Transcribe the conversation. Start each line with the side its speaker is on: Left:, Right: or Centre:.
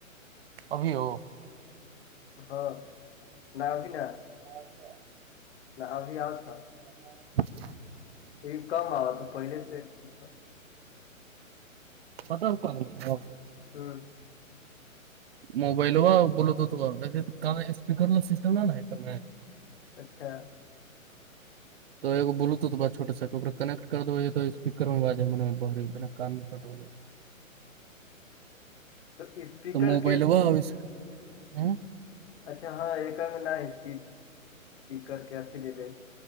Right: ابھی ہو
Left: ہاں ن ا بھیین
Right: <inaudible>
Left: میں ابھی آ تھا
Right: <inaudible>
Left: یہ کم آا تھا پہلے سے ٹھیک تھا
Right: بتاتاب کو
Left: ہاں
Right: موبائل وا بولتا ہو تو کا اسپکر ل سسٹم نہیںا ہے کر میں
Left: اچھا
Right: تو ا ایک بوھ بھوٹ سا کنٹ کر دو تو اسپیکر میں آج ہے م بہر بنا کان سٹ ہوول
Left: تو اسپیکر
Right: تو موبائل
Left: کے
Right: وہ اس ہ
Left: اچھا ہاں ایک ملا ہے اس کی اس کرر کے اچھی لے لے